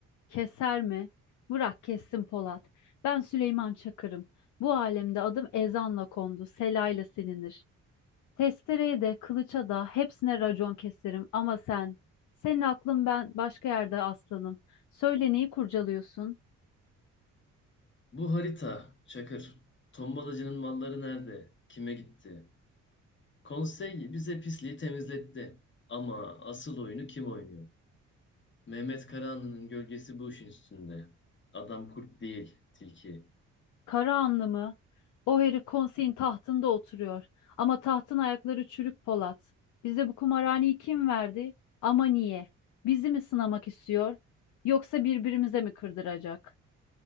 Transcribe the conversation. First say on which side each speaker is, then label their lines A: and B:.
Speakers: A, on the left (about 75°); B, on the left (about 40°).
A: Keser mi? Bırak kessin Polat. Ben Süleyman Çakır'ım. Bu alemde adım ezanla kondu, selayla silinir. Testereye de, kılıça da hepsine racon keserim ama sen, senin aklın ben başka yerde aslanım. Söyle neyi kurcalıyorsun?
B: Bu harita, Çakır. Tombalacının malları nerede? Kime gitti? Konsey bize pisliği temizletti. Ama asıl oyunu kim oynuyor? Mehmet Karahanlı'nın gölgesi bu işin üstünde. Adam kurt değil, tilki.
A: Karahanlı mı? O herif konseyin tahtında oturuyor. Ama tahtın ayakları çürük Polat. Bize bu kumarhaneyi kim verdi? Ama niye? Bizi mi sınamak istiyor? Yoksa birbirimize mi kırdıracak?